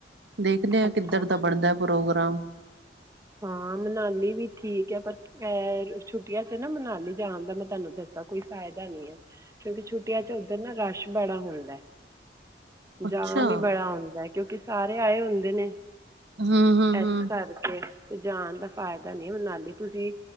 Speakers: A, on the right; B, on the right.
A: ਦੇਖਦੇ ਆਂ,
B: ਅੱਛਾ
A: ਕਿੱਧਰ
B: ਅੱਛਾ
A: ਦਾ ਬਣਦਾ ਪ੍ਰੋਗਰਾਮ।
B: ਹਾਂ ਮਨਾਲੀ ਵੀ ਠੀਕ ਹੈ, ਪਰ ਐ ਛੁੱਟੀਆਂ 'ਚ ਨਾ ਮਨਾਲੀ ਜਾਣ ਦਾ ਮੈਂ ਤੁਹਾਨੂੰ ਦੱਸਾਂ ਕੋਈ ਫਾਇਦਾ ਨੀ ਹੈ। ਕਿਉਂਕਿ ਛੁੱਟੀਆਂ 'ਚ ਤੇ ਨਾ ਰਸ਼ ਬੜਾ ਹੁੰਦਾ,
A: ਅੱਛਾ
B: ਜਾਮ ਹੀ ਬੜਾ ਹੁੰਦਾ, ਕਿਉਂਕਿ ਸਾਰੇ ਆਏ ਹੁੰ ਦੇ ਨੇ,
A: ਹਮ ਹਮ
B: ਇਸ
A: ਹਮ
B: ਕਰਕੇ ਤੇ ਜਾਣ ਦਾ ਫਾਇਦਾ ਨੀ ਮਨਾਲੀ ਤੁਸੀਂ